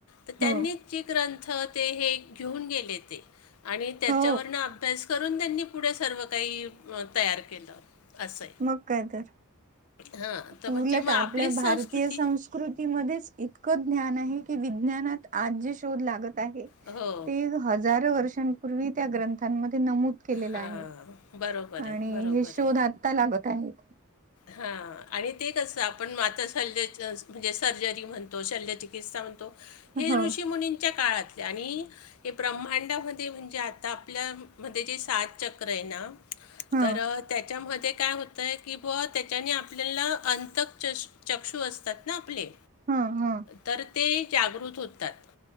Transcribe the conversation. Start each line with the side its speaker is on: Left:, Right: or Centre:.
Left: तर त्यांनी
Right: हो
Left: जे ग्रंथ ते हे घेऊन गेले ते. आणि त्याच्यावरन
Right: हो
Left: अभ्यास करून त्यांनी पुढे सर्व काही तयार केल अस आहे.
Right: मग काय तर
Left: हां तर
Right: उलट
Left: म्हणजे मग
Right: आपल्या
Left: आपलीच
Right: भारतीय
Left: संस्कृती
Right: संस्कृ कृतीमध्येच इतकं ज्ञान आहे की, विज्ञानात आज जे शोध लागत आहे
Left: हो
Right: ते हजारो वर्षांपूर्वी त्या ग्रंथांमध्ये नमूद केलेलं
Left: हां
Right: आहे.
Left: बरोबर आहे
Right: आणि
Left: बरोबर
Right: हे शोध आत्ता लागत आहेत.
Left: हा आणि ते कस आपण आता शल्य म्हणजे सर्जरी म्हणतो. शल्यचिकित्सा म्हणतो. हे
Right: हो
Left: ऋषी मुनींच्या काळातले आणि हे ब्रह्मांडामध्ये म्हणजे आता आपल्या मध्ये जे सात चक्र आहे ना
Right: ह
Left: तर त्याच्यामध्ये काय होतय की व त्याच्याने आपल्याला अंतक चष चक्षू असतात ना आपले
Right: हम हम
Left: तर ते जागृत होतात